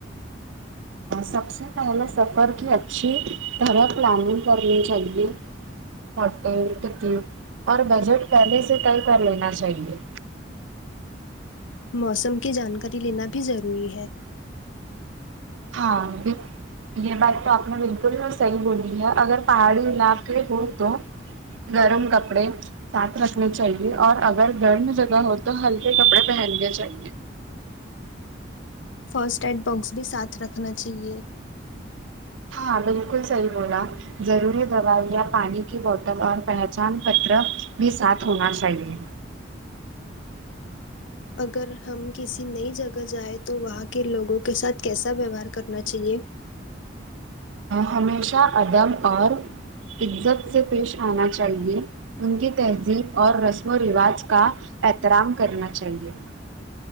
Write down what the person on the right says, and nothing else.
سب سے پہلے سفر کی اچھی طرح پلاننگ کرنی چاہیے ہوٹل ٹکٹ اور بجٹ پہلے سے طے کر لینا چاہیے
ہاں بھی یہ بات تو آپ نے بالکل صحیح بولی ہے اگر پہاڑی علاقے ہو تو گرم کپڑے ساتھ رکھنی چاہیے اور اگر گرم جگہ ہو تو ہلکے کپڑے پہننے چاہیے
ہاں بالکل صحیح بولا ضروری دوائی یا پانی کی بوتل اور پہچان پتر بھی ساتھ ہونا چاہیے
ہمیشہ ادب اور عزت سے پیش آنا چاہیے ان کی تہذیب اور رسم رواج کا احترام کرنا چاہیے